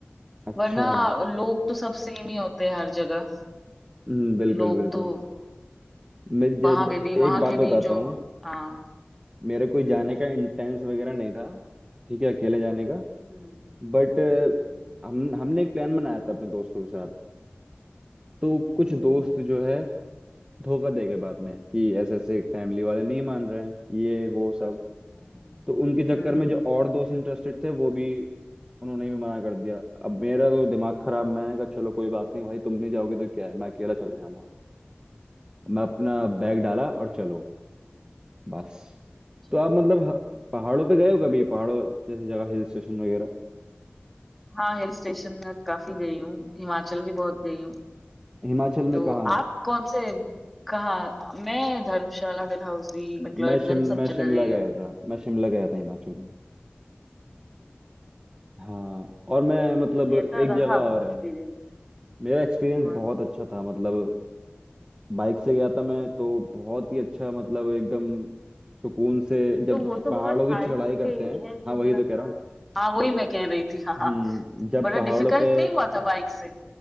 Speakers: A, on the right; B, in the centre.
A: अच्छा
B: वरना लोग तो सब सेम ही होते हैं हर जगह
A: हम्म, बिल्कुल
B: लोग
A: बिल्कुल
B: तो
A: मैं जब
B: वहां पे भी
A: एक
B: वहां
A: बात
B: के
A: बताता
B: भी जो
A: हूँ
B: हाँ
A: मेरा कोई
B: हम्म,
A: जाने का इंटेंस वगैरह नहीं था ठीक है अकेले जाने का
B: हम्म
A: बट
B: हम्म।
A: हम हमने एक प्लान बनाया था अपने दोस्तों के साथ तो कुछ
B: हम्म
A: दोस्त जो है धोखा दे गए बाद में कि ऐसे ऐसे फैमिली वाले नहीं मान रहे हैं ये वो सब
B: हम्म
A: तो उनके चक्कर
B: हम्म,
A: में जो और दोस्त इंटरेस्टेड थे वो भी उन्होंने भी मना कर दिया अब मेरा तो दिमाग खराब मैंने कहा चलो कोई बात नहीं भाई तुम नहीं जाओगे तो क्या है मैं अकेला चले जाऊंगा मैं अपना
B: हम्म,
A: बैग डाला और चलो बस
B: चलो।
A: तो आप मतलब ह- पहाड़ों पे गए हो कभी पहाड़ों जैसी जगह हिल स्टेशन वगैरह
B: हाँ हिल स्टेशन में काफी गई हूँ हिमाचल भी बहुत गई हूँ
A: हिमाचल में
B: तो
A: कहाँ
B: आप कौन से कहाँ मैं धर्मशाला डलहौजी मैक्लोडगंज
A: मैं शिम
B: सब
A: मैं
B: जगह
A: शिमला
B: गई
A: गया
B: हूँ
A: था मैं शिमला गया था हिमाचल में हाँ और मैं
B: तो
A: मतलब
B: फिर कैसा
A: एक
B: रहा
A: जगह
B: आपका
A: और
B: एक्सपीरियंस
A: है मेरा एक्सपीरियंस
B: कौन
A: बहुत
B: सी
A: अच्छा था मतलब बाइक से गया था मैं तो बहुत ही अच्छा मतलब एकदम सुकून से जब
B: तो वो तो
A: पहाड़ों
B: बहुत
A: की
B: हाइट
A: चढ़ाई करते
B: पे
A: हैं
B: है शिमला
A: हाँ वही तो कह
B: हाँ
A: रहा हूँ
B: हाँ वही मैं कह रही थी हाँ हाँ
A: हम्म जब
B: बड़ा
A: पहाड़ों
B: डिफिकल्ट
A: पे
B: नहीं हुआ था बाइक से